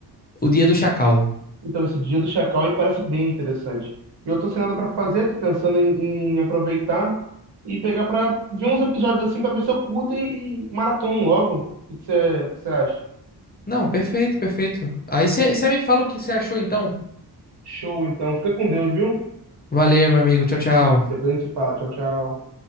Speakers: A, on the left; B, on the right.
A: O Dia do Chacal.
B: Então, esse Dia do Chacal aí parece bem interessante. E eu tô sem nada para fazer, tô pensando em, em aproveitar e pegar para ver uns episódios assim para ver se eu curto e, e maratona logo. O que que você, que você acha?
A: Não, perfeito, perfeito. Aí você você me fala o que você achou, então.
B: Show, então. Fica com Deus, viu?
A: Valeu, meu amigo. Tchau, tchau.
B: Depois a gente fala. Tchau, tchau.